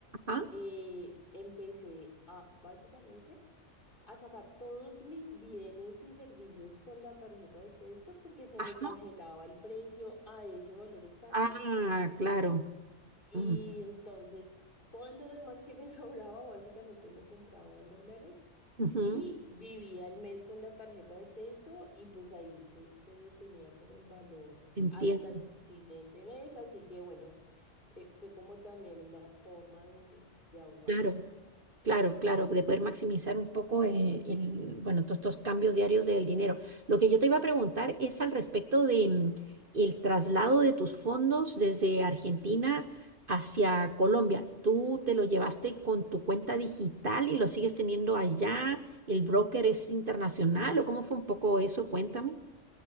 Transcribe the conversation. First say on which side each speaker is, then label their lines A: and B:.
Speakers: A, on the right; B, on the left.
A: ajá,
B: eh, empecé a básicamente a sacar todos mis bienes y servicios con la tarjeta de crédito porque se
A: ajá,
B: me congelaba el precio a ese valor exacto
A: ah, claro,
B: y
A: mm,
B: entonces todo lo demás que me <laughs> sobraba básicamente lo compraba en dólares
A: ujú,
B: y vivía el mes con la tarjeta de crédito y pues ahí se, se detenía como el valor.
A: entiendo,
B: hasta el siguiente mes, así que bueno, eh, fue como también una forma de, de ahorrar.
A: claro. Claro, claro, de poder maximizar un poco el, el, bueno, todos estos cambios diarios del dinero. Lo que yo te iba a preguntar es al respecto de mm, el traslado de tus fondos desde Argentina hacia Colombia. ¿Tú te lo llevaste con tu cuenta digital y lo sigues teniendo allá? ¿El broker es internacional o cómo fue un poco eso? Cuéntame.